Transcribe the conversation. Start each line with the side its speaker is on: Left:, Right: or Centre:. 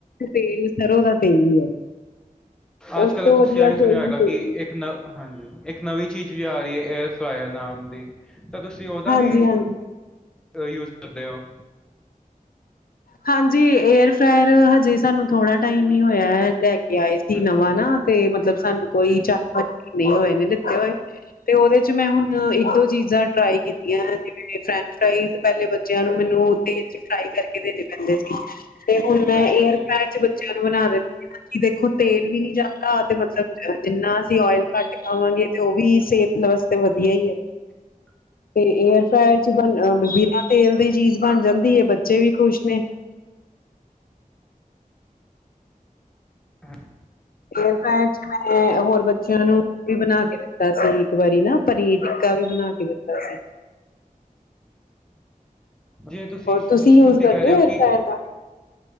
Left: ਤੇਲ, ਸਰੋਂ ਦਾ ਤੇਲ ਹੀ।
Centre: ਅੱਜ
Left: ਉਸ
Centre: ਕੱਲ ਤਾਂ
Left: ਤੋਂ ਵਧੀਆ
Centre: ਤੁਸੀਂ, ਇਹ ਵੀ ਸੁਣਿਆ
Left: ਕੋਈ
Centre: ਹੋਏਗਾ,
Left: ਤੇਲ
Centre: ਕਿ
Left: ਨਹੀਂ।
Centre: ਇੱਕ ਨ ਹਾਂਜੀ। ਇੱਕ ਨਵੀਂ ਚੀਜ਼ ਵੀ ਆ ਰਹੀ ਹੈ। ਏਅਰ ਫਰਾਇਰ ਨਾਮ ਦੀ, ਤਾਂ ਤੁਸੀਂ ਉਹਦਾ
Left: ਹਾਂਜੀ
Centre: ਵੀ
Left: ਹਾਂਜੀ
Centre: ਦਾ, ਯੂਜ ਕਰਦੇ ਹੋ?
Left: ਹਾਂਜੀ। ਏਅਰ ਏਅਰ ਫਰਾਆਰ, ਹਜੇ ਸਾਨੂੰ ਥੋੜਾ ਟਾਈਮ ਹੀ, ਹੋਇਆ। ਲ- ਲੈ ਕੇ ਆਏ ਸੀ
Centre: ਅੱਛਾ
Left: ਨਵਾਂ
Centre: ਜੀ
Left: ਨਾ ਤੇ ਮਤਲਬ ਸਾਨੂੰ ਕੋਈ
Centre: ਜੀ
Left: ਚਾਰ-ਪੰਜ ਦਿਨ ਹੋਏ ਨੇ ਲਿੱਤੇ ਹੋਏ। ਤੇ ਉਹਦੇ ਚ ਮੈਂ ਹੁਣ
Centre: ਜੀ
Left: ਇੱਕ-ਦੋ ਚੀਜ਼ਾਂ ਫਰਾਈ ਕੀਤੀਆਂ ਜਿਵੇਂ ਫਰੈਂਚ ਫਰਾਈਜ਼ ਪਹਿਲੇ ਬੱਚਿਆਂ ਨੂੰ ਮੈਨੂੰ ਤੇਲ ਚ ਫਰਾਈ ਕਰਕੇ ਦੇਣੇ ਕਦੇ ਸੀ ਤੇ ਹੁਣ ਮੈਂ
Centre: ਅੱਛਾ
Left: ਏਅਰ
Centre: ਜੀ
Left: ਫਰਾਈ ਚ ਬੱਚਿਆਂ ਨੂੰ ਬਣਾ ਦਿੱਤੀਆਂ। ਦੇਖੋ ਤੇਲ ਵੀ ਨੀ ਜਾਂਦਾ। ਤੇ, ਮਤਲਬ ਜਿੰਨਾ ਅਸੀਂ ਓਇਲ ਘੱਟ ਖਾਵਾਂਗੇ। ਤੇ ਉਹ ਵੀ, ਸਿਹਤ ਵਾਸਤੇ, ਵਧੀਆ ਹੀ ਹੈ।
Centre: <inaudible>
Left: ਤੇ ਏਅਰ ਫਰਾਣੀ ਚ, ਬ ਬਿਨਾਂ ਤੇਲ ਦੀ, ਚੀਜ਼ ਬਣ ਜਾਂਦੀ ਹੈ। ਬੱਚੇ ਵੀ ਖੁਸ਼ ਮੈ
Centre: ਹਾਂ।
Left: ਫੇਰ, ਮੈਂ ਹੋਰ ਬੱਚਿਆਂ, ਨੂੰ ਵੀ ਬਣਾ ਕੇ ਦਿੱਤਾ ਸੀ। ਇੱਕ ਵਾਰੀ ਨਾ। ਪਨੀਰ ਟਿੱਕਾ, ਵੀ ਬਣਾ ਕੇ ਦਿੱਤਾ ਸੀ।
Centre: ਜਿਵੇ ਤੁਸੀਂ,
Left: ਹੋਰ
Centre: ਤੁਸੀਂ
Left: ਯੂਜ
Centre: ਖੁਦ ਹੀ,
Left: ਕਰਦੇ
Centre: ਕਹਿ ਰਹੇ ਹੋ
Left: ਏਅਰ
Centre: ਕਿ
Left: ਫਰਾਇਰ ਦਾ?